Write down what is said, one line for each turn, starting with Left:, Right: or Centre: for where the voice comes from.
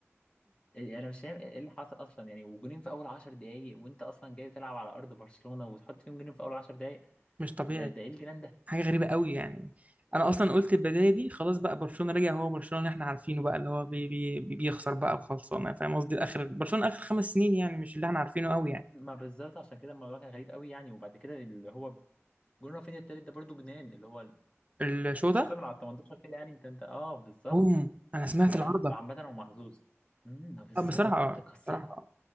Left: انا مش فاهم ايه اللي حصل اصلا يعني وجونين في اول 10 دقائق وانت اصلا جاي تلعب على ارض برشلونه وتحط فيهم جونين في اول 10 دقائق
Right: مش طبيعي
Left: ده ده ايه الجنان ده
Right: حاجه غريبه قوي يعني انا اصلا قلت البدايه دي خلاص بقى برشلونه رجع هو برشلونه اللي احنا عارفينه بقى اللي هو بي بي بي- بيخسر بقى وخلصانه فاهم قصدي الاخر برشلونه اخر خمس سنين يعني مش اللي احنا عارفينه قوي يعني
Left: ما بالظبط عشان كده الموضوع كان غريب قوي يعني وبعد كده اللي هو جون رافينيا التالت ده برضو جنان اللي هو
Right: الشو ده
Left: الشوطه من على ال 18 كده يعني انت انت اه بالظبط
Right: بوم انا سمعت
Left: آه
Right: العارضه
Left: عامه هو محظوظ امم بالظبط
Right: آه، بصراحه اه
Left: ده كسرها
Right: بصراحه آه.